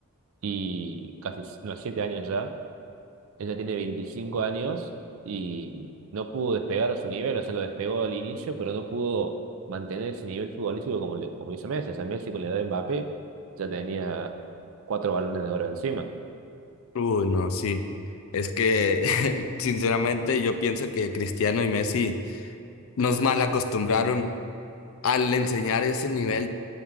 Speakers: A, on the right (about 65°); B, on the left (about 65°).
A: y casi, no, 7 años ya. Ella tiene 25 años y no pudo despegar a su nivel, o sea, lo despegó al inicio, pero no pudo mantener ese nivel futbolístico como, le- como hizo Messi. O sea, Messi con la edad de Mbappé ya tenía cuatro balones de oro encima.
B: Uy, no, sí. Es que, <laughs> sinceramente, yo pienso que Cristiano y Messi nos mal acostumbraron al enseñar ese nivel